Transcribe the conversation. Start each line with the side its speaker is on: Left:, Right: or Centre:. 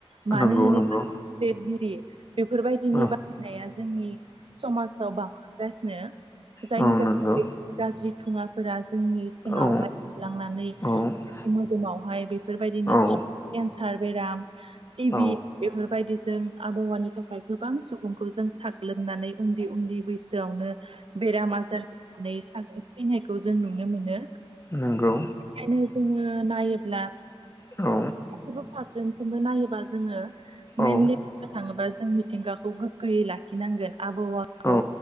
Right: मानो
Left: नंगौ
Right: होनोबागिरि
Left: नंगौ
Right: बेफोरबायदिनि
Left: औ
Right: बा बाहायनाया जोंनि समाजाव बांलांगासिनो जायनि
Left: औ
Right: जाहोन
Left: नंगौ
Right: बे गाज्रि थुङा फोरा जोंनि सिङावहाय
Left: औ
Right: लांनानै
Left: औ
Right: मोदोमावहाय बेफोरबायदिनो
Left: औ
Right: <unintelligible> केन्चार बेराम टिभि
Left: औ
Right: बेफोर बायदि जों आबहावानि थाखाय गोबां सुबुंखौ जों साग्लोबनानै उन्दै उन्दै बैसोआवनो बेराम आजार <unintelligible> होनानै थैनायखौ जों नुनो मोनो।
Left: नोंगौ।
Right: बेखायनो जोङो नायोब्ला
Left: औ।
Right: फाग्लमखौनो नायोबा जोङो मेइनलि
Left: औ
Right: थाङोबा जों मिथिंगाखौ गोग्गोयै लाखिनांगोन आबहावाखौ
Left: औ